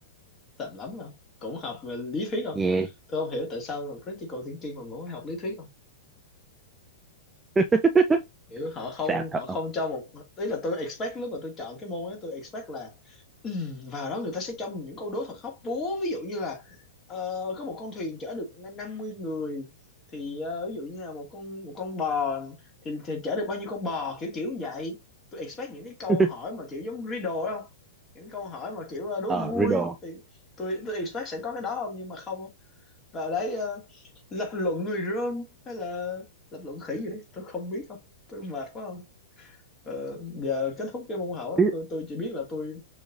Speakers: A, on the left; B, on the right.
A: xàm lắm không cũng học về lý thuyết không
B: nghe
A: tôi không hiểu tại sao critical thinking mà vẫn phải học lý thuyết không
B: <laughs>
A: kiểu họ không
B: sao thật
A: họ không
B: không
A: cho một ý là tôi expect lúc mà tôi chọn cái môn ấy tôi expect là Ừ, vào đó người ta sẽ cho mình những câu đố thật hóc búa ví dụ như là ờ, có một con thuyền chở được n- 50 người thì ờ, ví dụ như là một con một con bò thì, thì chở được bao nhiêu con bò kiểu kiểu như vậy tôi expect những cái câu
B: <laughs>
A: hỏi mà kiểu giống riddle đó không những câu hỏi mà kiểu ờ, đố
B: ờ
A: vui
B: riddle
A: thì tôi tôi expect sẽ có cái đó không nhưng mà không vào đấy ờ, lập luận người Rơm hay là lập luận khỉ gì đấy tôi không biết không tôi mệt quá Ờ, giờ kết thúc cái môn học á,
B: ý,
A: tôi, tôi chỉ biết là tôi